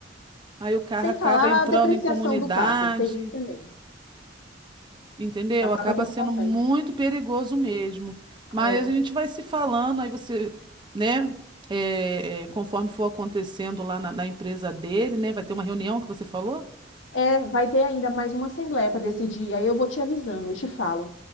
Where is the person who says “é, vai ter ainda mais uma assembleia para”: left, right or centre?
Left